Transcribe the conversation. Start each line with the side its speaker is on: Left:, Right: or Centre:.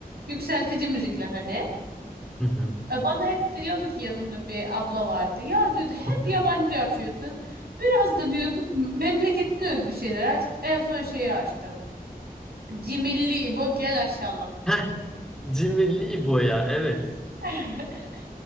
Right: yükseltici müzikler hani.
Centre: Hı hı.
Right: E, Bana hep diyordu ki yanımda bir abla vardı. Ya diyordu
Centre: <laughs>
Right: hep yabancı açıyorsun. Biraz da diyorduk memleketine özgü şeyler aç. En son şeyi açtım. Cimilli İbo gel aşağılam.
Centre: Heh, Cimri İbo ya evet.
Right: <laughs>